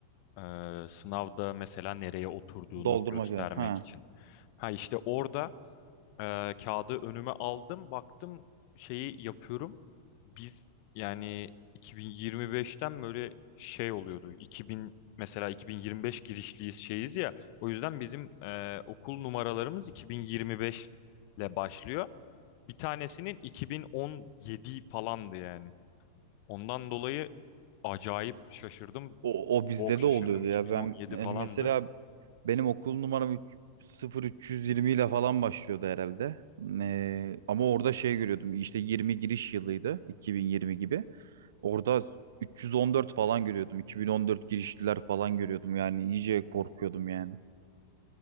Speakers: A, on the left; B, on the right.
A: e, sınavda mesela nereye oturduğunu
B: Doldurmak
A: göstermek
B: ya. ha
A: için. Ha işte orada Ee, kağıdı önüme aldım, baktım şeyi yapıyorum. Biz yani 2025'ten böyle şey oluyordu. 2000 mesela 2025 girişliyiz şeyiz ya. O yüzden bizim e, okul numaralarımız 2025 ile başlıyor. Bir tanesinin 2017 falandı yani. Ondan dolayı acayip şaşırdım.
B: O, o bizde
A: Çok şaşırdım.
B: de oluyordu
A: 2017
B: ya. Ben yani
A: falandı.
B: mesela benim okul numaram 3, 0320 ile falan başlıyordu herhalde. Ee, ama orada şey görüyordum. işte 20 giriş yılıydı. 2020 gibi. Orada 314 falan görüyordum. 2014 girişliler falan görüyordum. Yani iyice korkuyordum yani.